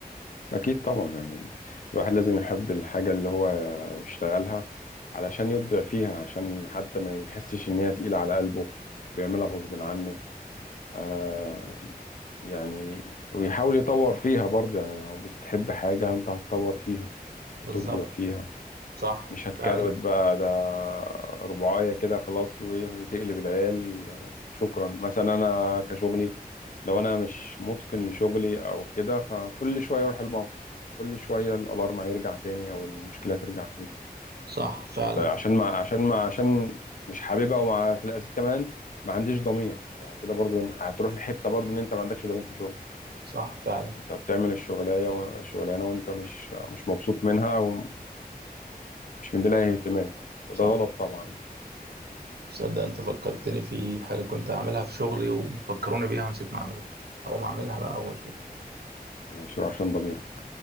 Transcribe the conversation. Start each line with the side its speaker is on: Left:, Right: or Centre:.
Left: أكيد طبعا يعني الواحد لازم يحب الحاجة اللي هو بيشتغلها علشان يبدع فيها عشان حتى ما يحسش إن هي تقيلة على قلبه ويعملها غصب عنه آه يعني ويحاول يطور فيها برضه يعني لو بتحب حاجة أنت هتطور فيها هتبدع
Right: بالظبط
Left: فيها
Right: صح
Left: مش هتكروت
Right: فعلا
Left: بقى ده ربعاية كده خلاص وايه وتقلب العيال آه، وشكرا مثلا انا كشغلي لو انا مش متقن لشغلي او كده فكل شوية اروح البنك كل شوية الالارم هيرجع تاني او المشكلة ترجع تاني
Right: صح فعلا
Left: طيب عشان ما عشان ما عشان مش حاببها ومع في الاساس كمان ما عنديش ضمير ما هو كده برضو إن- هتروح لحتة برضو ان انت ما عندكش ضمير في شغل
Right: صح فعلا
Left: انت بتعمل الشغلانة و- الشغلانة وانت مش مش مبسوط منها ومش مديلها اهتمام وده
Right: صح
Left: غلط طبعا
Right: صدق انت فكرتني في حاجه كنت اعملها في شغلي وفكروني بيها ونسيت ما اعملها هقوم اعملها بقى واشوف
Left: شو عشان ضميرك